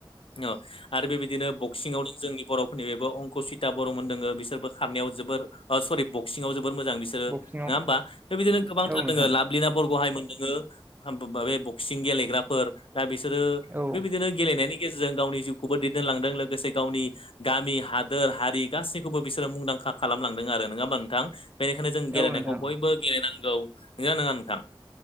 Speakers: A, on the left (about 80°); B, on the right (about 20°).
A: औ आरो बे बायदिनो सिङाव जोंनि बर'फोरनि बेबो अंकसिता बर'मोन दोङो बिसोरबो खारनायाव जोबोर सरि ब सिङाव जोबोर मोजां बिसोरो
B: बक्सिंआव
A: नङा होमबा बे बायदिनो गोबांथार
B: औ नोंथां
A: दङ लाभलिना बरग'हाय मोन दङो। बे बक्सिं गेलेग्राफोर दा बिसोरो
B: औ
A: बेबायदिनो गेलेनायनि गेजेरजों गावनि जिउखौबो दैदेनलांदों। लोगोसे गावनि गामि, हादोर, हारि गासैखौबो बिसोरो मुंदांखा खालामलांदों आरो नङा होनबा नोंथां। बेनिखायनो जों गेलेनायखौ
B: औ नोंथां
A: बयबो गेलेनांगौ नजा नङा नोंथां।